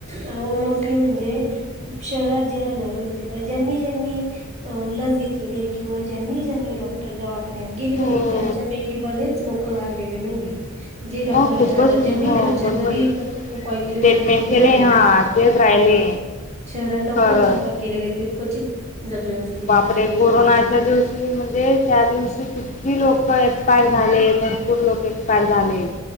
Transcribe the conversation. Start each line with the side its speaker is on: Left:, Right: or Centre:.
Right: अहो मोस्टली म्हणजे शहरात जे राहणारे होते ना ज्यांनी ज्यांनी लस घेतलेली आहे किंवा ज्यांनी डॉक्टर दवा खाण्यात
Left: हो
Right: त्यांच्यापैकी बरेच लोक राहिलेले नाही. जे डॉक्टरांच्या
Left: मग खूपच
Right: हातात
Left: हो
Right: ज्यांनी घरच्या
Left: बरोबर
Right: घरी
Left: आहे.
Right: उपाय केले
Left: ट्रीटमेंट
Right: ना त्या ते
Left: केले
Right: राहिले.
Left: हा तेच राहिले
Right: शहरात डॉक्टरांच्या
Left: खरंच.
Right: हातात गेलेले ते क्वचित जगले असतील
Left: बापरे!
Right: नाही तर सगळे
Left: कोरोनाच्या
Right: गेलेले
Left: दिवशी म्हणजे त्या दिवशी कितकी लोक झाले भरपूर लोक एक्सपायर झाले.